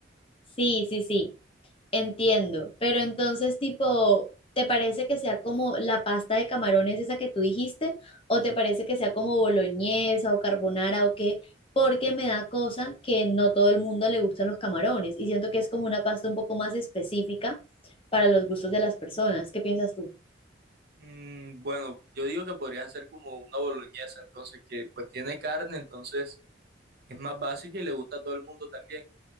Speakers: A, on the left; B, on the right.
A: Sí, sí, sí. Entiendo, pero entonces tipo, ¿te parece que sea como la pasta de camarones esa que tú dijiste? ¿O te parece que sea como boloñesa o carbonara o qué? Porque me da cosa que no todo el mundo le gustan los camarones y siento que es como una pasta un poco más específica para los gustos de las personas. ¿Qué piensas tú?
B: Mm, bueno, yo digo que podrías hacer como una boloñesa, entonces que pues tiene carne, entonces Es más básica y le gusta a todo el mundo también.